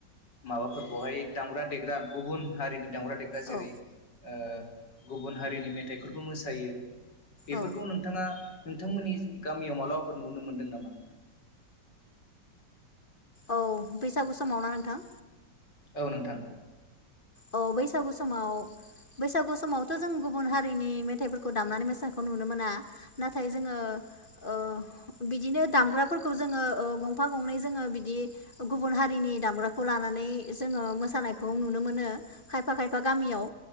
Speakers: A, on the left; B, on the left.
A: माबाफोरखौहाय दामग्रा देग्रा गुबुन हारिनि दामग्रा देग्रा जेरै
B: औ
A: ओ गुबुन हारिनि मेथाइफोरबो मोसायो। बेफोरखौ
B: औ
A: नोंथाङा नोंथांमोननि गामियाव मालाबाफोर नुनो मोनदों नामा?
B: औ बैसागु समाव ना नोंथां?
A: औ नोंथां।
B: अ बैसागु समाव बैसागु समावथ' जों गुबुन हारिनि मेथाइफोरखौ दामनानै मोसानायखौ नुनो मोना नाथाय जोंङो ओ बिदिनो दामग्राफोरखौ जोंङो ओ गंफा गंनै जोंङो बिदि गुबुन हारिनि दामग्राखौ लानानै जोंङो मोसानायखौ नुनो मोनो। खायफा खायफा गामियाव